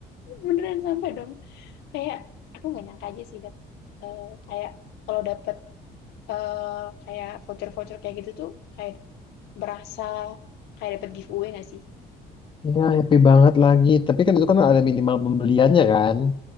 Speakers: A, on the left; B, on the left.
A: Beneran sampai dong. Kayak aku nggak nyangka aja sih dap, eh, kayak kalau dapet eh, kayak voucher-voucher kayak gitu tuh kayak berasa kayak dapet giveaway nggak sih?
B: Ya, happy banget lagi. Tapi kan itu kan ada minimal pembeliannya kan.